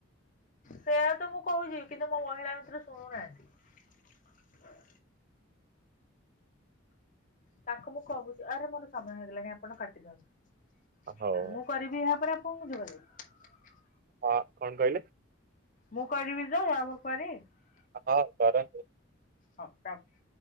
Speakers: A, on the left (about 40°); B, on the right (about 45°).
A: ସେୟା ତ ମୁଁ କହୁଛି କିନ୍ତୁ ମୋ ମହିଳା ମିତ୍ର ଶୁଣୁନାହାନ୍ତି। ତାଙ୍କୁ ମୁଁ କହୁଛି ଆରେ ମୋର ସମୟ ହେଇଗଲାଣି ଆପଣ କାଟିଦିଅନ୍ତୁ।
B: ହଉ
A: ମୁଁ କରିବି ଏହାପରେ ଆପଣଙ୍କୁ ଯିବା କୁ।
B: ହଁ କଣ କହିଲେ?
A: ମୁଁ କରିବି ଯେ <unintelligible>
B: ହଁ କରନ ର।
A: ହଉ ରଖୁଚି।